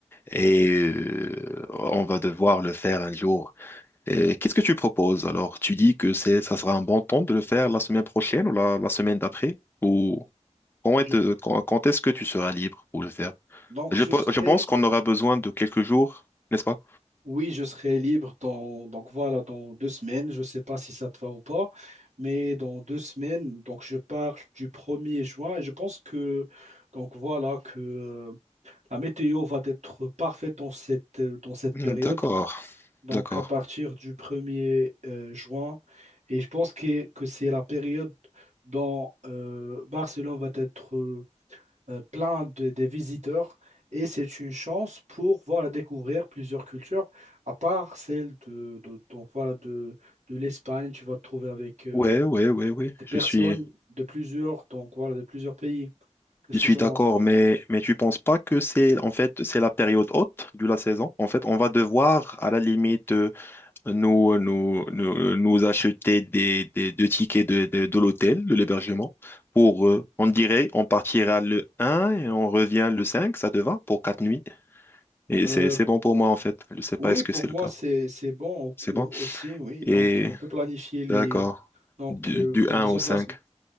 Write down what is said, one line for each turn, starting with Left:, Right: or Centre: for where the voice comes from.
Left: et euh, on va devoir le faire un jour. Et Qu'est-ce que tu proposes alors? Tu dis que c'est, ça sera un bon temps de le faire la semaine prochaine ou la, la semaine d'après ou quand
Right: Je-
Left: est- quand quand est-ce que tu seras libre pour le faire?
Right: donc
Left: Je,
Right: je
Left: pe-
Right: serai
Left: je pense qu'on aura besoin de quelques jours, n'est-ce pas?
Right: Oui, je serai libre dans, donc voilà, dans deux semaines. Je ne sais pas si ça te va ou pas, mais dans deux semaines, donc je pars du premier juin et je pense que donc voilà que euh, la météo va être parfaite dans cette, euh, dans cette
Left: Hmm,
Right: période.
Left: D'accord,
Right: Donc
Left: d'accord.
Right: à partir du premier euh, juin, et je pense que, que c'est la période dont euh, Barcelone va être euh, euh, plein de, des visiteurs et c'est une chance pour voilà, découvrir plusieurs cultures, à part celle de, de- donc, voilà, de, de l'Espagne. Tu vas te trouver avec euh,
Left: Ouais, ouais, ouais, ouais.
Right: des personnes
Left: Je suis,
Right: de plusieurs, donc, voilà, de plusieurs pays. Qu'est-ce
Left: je suis
Right: que tu penses?
Left: d'accord, mais, mais tu penses pas que c'est, en fait, c'est la période haute de la saison? En fait, on va devoir, à la limite, euh, nous, nous, nous, nous acheter des, des, des tickets de, de, de l'hôtel, de l'hébergement, pour, euh, on dirait, on partira le un et on revient le 5, ça te va, pour quatre nuits. Et
Right: Euh,
Left: c'est, c'est bon pour moi, en fait. Je sais pas,
Right: oui,
Left: est-ce
Right: pour
Left: que c'est
Right: moi,
Left: le cas?
Right: c'est, c'est bon
Left: C'est
Right: euh,
Left: bon.
Right: aussi, oui.
Left: Et
Right: Donc, on peut planifier les,
Left: D'accord.
Right: donc,
Left: Du,
Right: euh,
Left: du
Right: dans
Left: 1
Right: les
Left: au
Right: emplacements.
Left: 5.